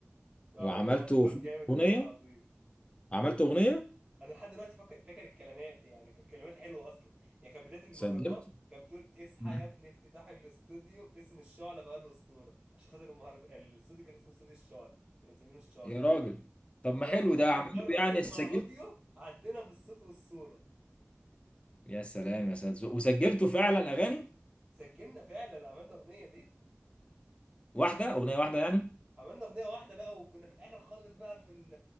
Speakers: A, on the right; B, on the left.
A: وعملنا
B: وعملتوا
A: مهرجان
B: في-
A: جامد
B: اغنيه
A: والله العظيم
B: عملتوا اغنيه
A: أنا لحد دلوقتي فاكر فاكر الكلمات يعني كانت كلمات حلوة أصلا يعني كانت بداية
B: سجلت
A: المهرجان كانت بتقول اصحى
B: مم.
A: يا ابني افتتاح الاستوديو اسم الشعلة بقى له أسطورة عشان خاطر المهرجان الاستوديو كان اسمه استوديو الشعلة كانوا مسمينه الشعلة
B: يا راجل طب ما
A: اه
B: حلو
A: ممكن
B: ده عملتوا
A: بره
B: يعني
A: تسمع
B: سجلت
A: أوديو عندنا بالصوت والصورة
B: يا سلام يا سلام وسجلتوا فعلا اغاني
A: سجلنا فعلا عملنا أغنية دي
B: واحده اغنيه واحده يعني
A: عملنا اغنيه واحده بقى وكنا في الاخر خالص بقى في ال